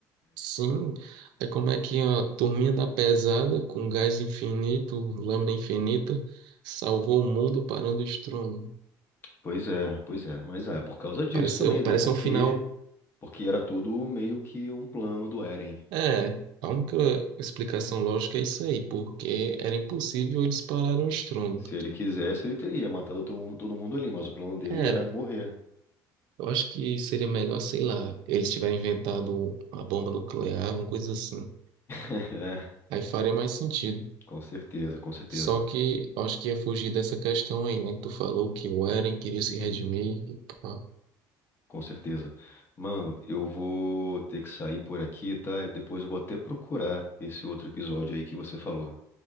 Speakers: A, on the right; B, on the left.
A: Sim, é como é que a turminha da pesada, com gás infinito, lâmina infinita, salvou o mundo parando o estrondo.
B: Pois é, pois é. Mas é por causa disso
A: Pareceu,
B: também,
A: pareceu
B: né? Porque,
A: um final.
B: porque era tudo meio que um plano do Eren.
A: É, a única explicação lógica é isso aí, porque era impossível eles pararem o estrondo.
B: Se ele quisesse, ele teria matado to- todo mundo ali, mas o plano dele
A: Era.
B: era morrer. <laughs>
A: Eu acho que seria melhor, sei lá, eles tiverem inventado uma bomba nuclear, alguma coisa assim.
B: É,
A: Aí faria mais sentido.
B: com certeza, com certeza,
A: Só que eu acho que ia fugir dessa questão aí, né? Que tu falou que o Eren queria se redimir e pá.
B: com certeza. Mano, eu vou ter que sair por aqui, tá? Depois eu vou até procurar esse outro episódio aí que você falou.